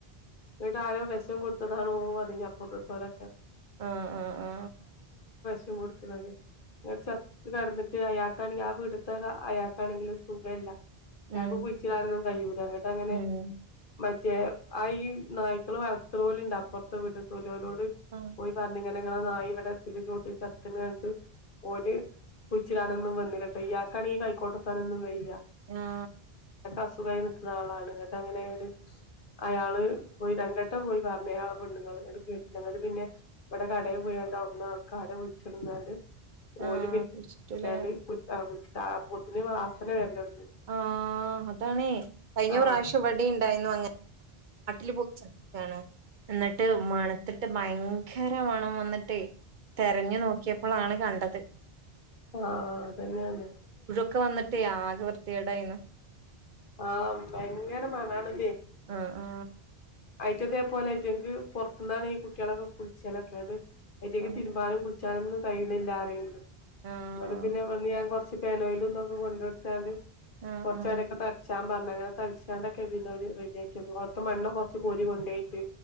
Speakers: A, on the left; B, on the right.
A: എന്നിട്ട് ആരോ വിശം കൊടുത്തതാണോ അല്ലെങ്കിൽ അപ്പ തൊരപ്പൻ
B: ആ ആ ആ
A: <unintelligible> ണത് ഇങ്ങനെ ചത്ത് കടന്നിട്ട് അയാൾക്കാണെങ്കിൽ ആ വീടുത്തെ അയാൾക്കാണെക്കി സുഖവില്ല യാക്ക്
B: ഉം
A: കുഴിച്ചിടാനൊന്നും കഴിയൂലങ്ങട്ട് അങ്ങനെ
B: ഉം
A: മ പക്ഷേ ആ ഈ നായ്ക്കൾ വളർത്തണപോലുണ്ട് അപ്പറത്തെ വീട്ട് വോ ലോ ലോ ല്
B: ആഹ്
A: പോയി പറഞ്ഞിങ്ങ ങ്ങളനായ് ഇവിടെതിന്റെ ചോട്ട് ചത്ത്ങ്ങാണ്ട് ഓര് കുഴിച്ചിടാനൊന്നും വന്നില്ല കേട്ടോ ഈയാക്കാണി കൈക്കോട്ടത്താനൊന്നും വയ്യ
B: ആ
A: ഇയാൾക്ക് അസുഖായി ആളാണ് അങ്ങനെആയോണ്ട് അയാള് പോയി രണ്ടെട്ടം പോയി പറഞ്ഞയാള് പെണ്ണ്ങ്ങള് എടുക്ക ങ്ങ പിന്നെ ഇവിടെ കടയിൽ പോയോ ണ്ട് അവിടുന്ന് ആൾക്കാരെ വിളിച്ചിടന്നാണ്ട്
B: ആഹ്
A: ഓല് പി
B: കുഴിച്ചിട്ടുല്ലേ
A: <unintelligible> <unintelligible> വാസന വരാൻ
B: ആ അതാണേ കഴിഞ്ഞ
A: ആഹ്
B: പ്രാവശ്യം ഇവിടേം ഉണ്ടായിരുന്നു അങ്ങനെ <unintelligible> എന്നിട്ട് മണത്തി ട്ട് ഭയങ്കര മണം വന്നിട്ടേ തെരഞ്ഞു നോക്കിയപ്പോൾ ആണ് ക അത്
A: ആ തന്നെയാന്നെ
B: ഒക്കെ വന്നിട്ട് ആകെ വൃ ത്തിയേടായിന്ന്
A: ആഹ ഭയങ്കര മണാണ്
B: ആ ആ
A: അയിറ്റ അതേപോലെ ആയിറ്റങ്ക്ക് പൊറത്തുന്നാണ് ഈ കുട്ടികളൊക്കെ കുളിച്ചാലൊക്കെന്നട്ട് അയ്റ്റെക്ക്
B: ആഹ്
A: തിരുമ്പാനും കു കുൾച്ചാനൊന്നും കൈയിണില്ലാറിണ്ട്
B: ആഹ്
A: ഇങ്ങട്ട് പിന്നെ ഞാൻ കൊർച്ച് പെനോയിലും ഇന്തൊക്കെ കൊണ്ടൊടുത്താണ്ട്
B: ആഹ്
A: കൊർച്ച
B: ആഹ്
A: എടക്കെ തളിച്ചാ അങ്ങനൊക്കെ തൾച്ചാണ്ടൊക്കെ പിന്നേ ഓല് റെഡി ആക്കിയത് കൊ മണ്ണ് ച്ച് കോരി കൊണ്ടേയിട്ട്